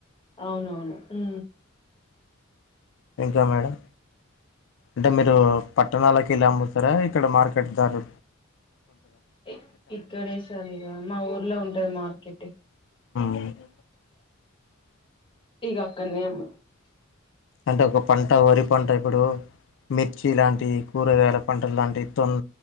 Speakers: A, on the left; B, on the left.
A: అవునవును ఉ
B: ఇంకా మేడం అంటే మీరు పట్టణాలకి వెల్లి అమ్ముత్ న్నర ఇక్కడ మార్కెట్ ద్వారా
A: ఈ ఇక్కడే సర్ ఇగా మా ఊర్లో ఉంటాది. మార్కెట్
B: లేదు
A: ఇగ అక్కన్నే అమ్ము
B: అంటే ఒక పంట, వరి పంట, ఇప్పుడు మిర్చి లాంటివి కూరగాయల పంటలు లాంటి తొన్